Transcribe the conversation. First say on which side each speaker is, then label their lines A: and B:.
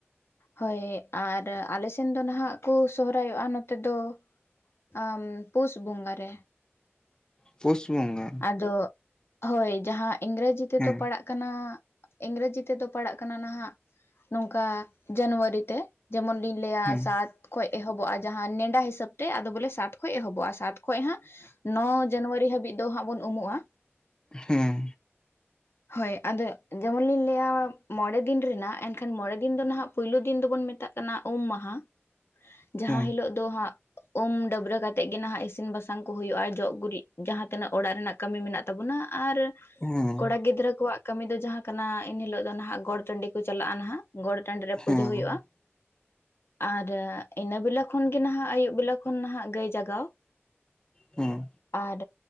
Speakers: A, on the left; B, on the left.
A: ᱦᱳᱭ ᱟᱨ ᱟᱞᱮ ᱥᱮᱱ ᱫᱚ ᱱᱟᱦᱟᱜ ᱠᱩ ᱥᱚᱦᱚᱨᱟᱭ ᱚᱜᱼᱟ ᱱᱚᱛᱮ ᱫᱚ ᱟᱸᱢ ᱯᱩᱥ ᱵᱚᱸᱜᱟ ᱨᱮ
B: ᱯᱳᱥ ᱵᱚᱸᱜᱟ
A: ᱟᱫᱚ ᱦᱳᱭ ᱡᱟᱦᱟᱸ ᱤᱝᱨᱮᱡᱤ ᱛᱮᱫᱚ
B: ᱦᱮᱸ
A: ᱯᱟᱲᱟᱜ ᱠᱟᱱᱟ ᱤᱝᱨᱮᱡᱤ ᱛᱮᱫᱚ ᱯᱟᱲᱟᱜ ᱠᱟᱱᱟ ᱱᱟᱦᱟᱜ ᱱᱚᱝᱠᱟ ᱡᱟᱱᱩᱣᱟᱨᱤ ᱛᱮ ᱡᱮᱢᱚᱱ ᱞᱤᱧ ᱞᱟᱹᱭᱟ
B: ᱦᱮᱸ
A: ᱥᱟᱛ ᱠᱷᱚᱡ ᱮᱦᱚᱵᱚᱜᱼᱟ ᱡᱟᱦᱟᱸ ᱱᱮᱰᱟ ᱦᱤᱥᱟᱹᱵ ᱛᱮ ᱟᱫᱚ ᱵᱚᱞᱮ ᱥᱟᱛ ᱠᱷᱚᱡ ᱮᱦᱚᱵᱚᱜᱼᱟ ᱥᱟᱛ ᱠᱷᱚᱡ ᱦᱟᱸᱜ ᱱᱚ ᱡᱟᱱᱩᱣᱟᱨᱤ ᱦᱟᱹᱵᱤᱡ ᱫᱚ ᱦᱟᱸᱜ ᱵᱚᱱ ᱩᱢᱩᱜᱼᱟ
B: ᱦᱮᱸ
A: ᱦᱳᱭ ᱟᱫᱚ ᱡᱮᱢᱚᱱ ᱞᱤᱧ ᱞᱟᱹᱭᱟ ᱢᱚᱬᱮ ᱫᱤᱱ ᱨᱮᱱᱟᱜ ᱮᱱ ᱠᱷᱟᱱ ᱢᱚᱬᱮ ᱫᱤᱱ ᱫᱚ ᱱᱟᱦᱟᱜ ᱯᱩᱭᱞᱩ ᱫᱤᱱ ᱫᱚᱵᱚᱱ ᱢᱮᱛᱟᱜ ᱠᱟᱱᱟ ᱩᱢ ᱢᱟᱦᱟ ᱡᱟᱦᱟᱸ
B: ᱦᱮᱸ
A: ᱦᱤᱞᱳᱜ ᱫᱚ ᱦᱟᱸᱜ ᱩᱢ ᱰᱟᱹᱵᱨᱟᱹ ᱠᱟᱛᱮᱜ ᱜᱮ ᱱᱟᱦᱟᱜ ᱤᱥᱤᱱ ᱵᱟᱥᱟᱝ ᱠᱚ ᱦᱩᱭᱩᱜᱼᱟ ᱡᱚᱜ ᱜᱩᱨᱤᱡ ᱡᱟᱦᱟᱸ ᱛᱤᱱᱟᱹᱜ ᱚᱲᱟᱜ ᱨᱮᱱᱟᱜ ᱠᱟᱹᱢᱤ ᱢᱮᱱᱟᱜ ᱛᱟᱵᱚᱱᱟ ᱟᱨ
B: ᱦᱮᱸ
A: ᱠᱚᱲᱟ ᱜᱤᱫᱽᱨᱟᱹ ᱠᱚᱣᱟᱜ ᱠᱟᱹᱢᱤ ᱫᱚ ᱡᱟᱦᱟᱸ ᱠᱟᱱᱟ ᱮᱱ ᱦᱤᱞᱳᱜ ᱫᱚ ᱱᱟᱦᱟᱜ ᱜᱚᱴ ᱴᱟᱺᱰᱤ ᱠᱚ ᱪᱟᱞᱟᱜᱼᱟ ᱱᱟᱦᱟᱜ ᱜᱚᱲ ᱴᱟᱺᱰᱤ ᱨᱮ
B: ᱦᱮᱸ
A: ᱯᱩᱡᱟᱹ ᱦᱩᱭᱩᱜᱼᱟ ᱟᱨ ᱤᱱᱟᱹ ᱵᱮᱞᱟ ᱠᱷᱚᱱ ᱜᱮ ᱱᱟᱦᱟᱜ ᱟᱹᱭᱩᱵ ᱵᱮᱞᱟ ᱠᱷᱚᱱ ᱱᱟᱦᱟᱜ ᱜᱟᱹᱭ ᱡᱟᱜᱟᱣ
B: ᱦᱮᱸ
A: ᱟᱨ